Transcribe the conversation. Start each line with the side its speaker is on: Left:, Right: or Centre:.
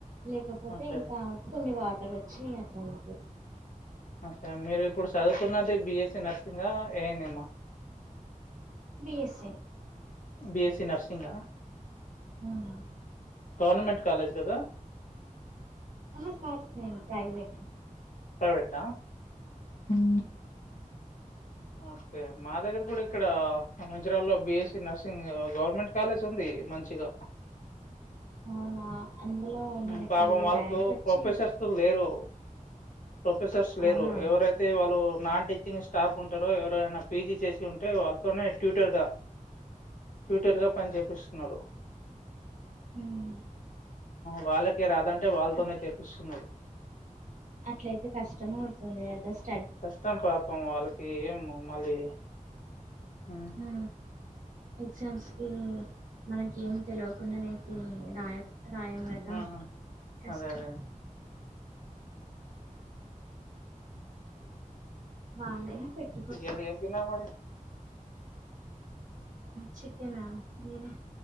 Right: లేకపోతే
Left: ఓకే
Right: ఇంకా కొన్ని వాటర్ వచ్చి అట్లా ఉండిపోతది.
Left: ఓకే మీరు ఇప్పుడు చదువుతున్నది BSc nursing A N M
Right: BSc
Left: BSc nursing
Right: హ్
Left: గవర్నమెంట్ కాలేజ్ కదా
Right: ఆహా కాదు నేను ప్రైవేట్
Left: ప్రైవేట హ్ అస్తే మా దగ్గర కూడా ఇక్కడ మంచిరాలలో B SC nursing government college ఉంది మంచిగా
Right: అవునా అందులో
Left: ఉమ్,
Right: మనకి
Left: పాపం వాళ్ళకు
Right: ర్యాంక్ వోచ్చి
Left: ప్రొఫెసర్స్ లేరు ప్రొఫెసర్స్ లేరు.
Right: అవునా
Left: ఎవరైతే వాళ్ళు నాన్ టీచింగ్ స్టాఫ్ ఉంటారో ఎవరైనా పీజీ చేసి ఉంటే వాళ్ళతోనే ట్యూటర్ గా ట్విట్టర్ గా పనిచేపిస్తున్నారు.
Right: హ్
Left: వాళ్ళకే రాదంటే వాళ్ళతోనే
Right: అట్-
Left: చేపిస్తున్నారు.
Right: అట్లయితే కష్టము ఆవుతుంది అడ్రెస్స్
Left: కష్టం పాపము వాళ్ళకి ఏ మళ్ళీ ఉమ్,
Right: హ్ ఎగ్జామ్స్ కి మనకి ఏం తెలియకుండానైతే రాయదు రాయం కాదా
Left: ఉమ్,
Right: కష్టం
Left: అదే అదే
Right: దాన్ లేనే పేట్
Left: ఇది ఎం తీన్నారు మరీ
Right: చికెన మీరూ